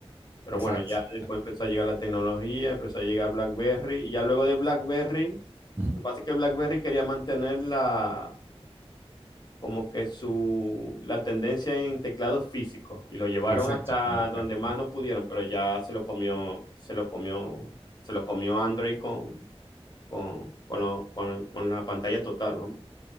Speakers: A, on the left (about 40°); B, on the right (about 20°).
A: Pero
B: exacto,
A: bueno, ya después
B: Ah,
A: empezó a llegar la tecnología, empezó a llegar BlackBerry. Y ya luego de BlackBerry,
B: ujú,
A: lo que pasa es que BlackBerry quería mantener la, como que su, la tendencia en teclados físicos. Y lo llevaron
B: exacto,
A: hasta
B: claro, claro,
A: donde más no pudieron, pero ya se lo comió, se lo comió, se lo comió Android con, con, con, lo- con- con la pantalla total, vamos.